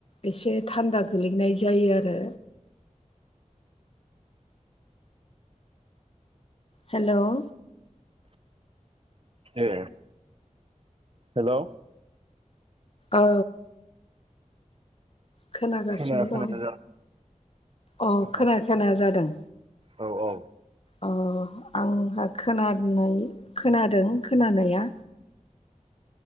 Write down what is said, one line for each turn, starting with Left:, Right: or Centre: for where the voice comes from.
Left: एसे थान्दा गोलैनाय जायो आरो। हेल'
Right: ए हेल'
Left: औ खोनागासिनो
Right: खोनाया खोनाया
Left: दं अ'
Right: जादों
Left: खोनाया खोनाया जादों।
Right: औ औ
Left: अ आंहा खोना खोनादों खोनानाया